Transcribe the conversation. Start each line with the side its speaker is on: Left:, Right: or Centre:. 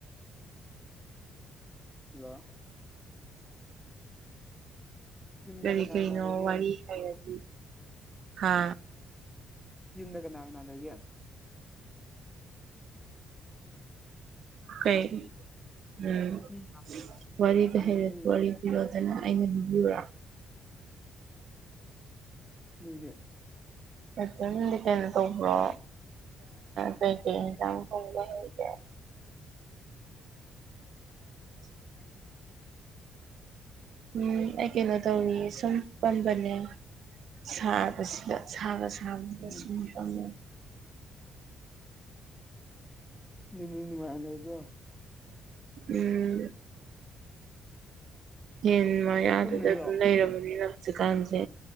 Centre: ꯍꯜꯂꯣ ꯌꯨꯝꯗ
Right: ꯀꯔꯤ
Centre: ꯀꯅꯥ
Right: ꯀꯔꯤꯅꯣ
Centre: ꯀꯅꯥ ꯂꯩꯒꯦ
Right: ꯋꯥꯔꯤ ꯍꯥꯏꯔꯗꯤ ꯍꯥ
Centre: ꯌꯨꯝꯗ ꯀꯅꯥ ꯀꯅꯥ ꯂꯩꯒꯦ
Right: ꯀꯩ ꯎꯝ
Centre: ꯃꯤ
Right: ꯋꯥꯔꯤꯁ‌ꯦ
Centre: ꯃꯈꯣꯟꯗꯣ
Right: ꯍꯩꯔꯗꯤ
Centre: ꯃꯤ
Right: ꯋꯥꯔꯤ ꯂꯤꯔꯣꯗꯅ ꯑꯩꯅ ꯂꯤꯕꯤꯌꯨꯔ‌ꯣ
Centre: ꯅ‌ꯣꯏꯒꯤ
Right: ꯑꯗꯨꯝꯗꯤ ꯀꯩꯅꯣ ꯇꯧꯕ꯭ꯔꯣ ꯀꯩꯀꯩ ꯑꯦꯟꯖꯥꯡ ꯊꯣꯡꯕ ꯍꯩꯒꯦ <unintelligible> ꯎꯝ ꯑꯩ ꯀꯩꯅꯣ ꯇꯧꯔꯤꯌꯦ ꯁꯨꯝ ꯐꯝꯕꯅꯦ ꯁꯥꯕꯁꯤꯗ ꯁꯥꯒ ꯁꯥꯕꯁꯤꯗ
Centre: ꯎꯝ
Right: ꯁꯨꯝ ꯐꯝꯕꯅ‌ꯦ
Centre: ꯌꯨꯝ ꯅꯪ ꯅꯨꯡꯉꯥꯏꯅ ꯂꯩꯕ꯭ꯔꯣ
Right: ꯎꯝ ꯌ‌ꯦꯟ ꯃꯌꯥꯗꯨꯗ
Centre: ꯇꯨꯝꯃꯤꯔꯣ
Right: ꯑꯗꯨꯝ ꯂꯩꯔꯕꯅꯤꯅ ꯍꯧꯖꯤꯛꯀꯥꯟꯁꯦ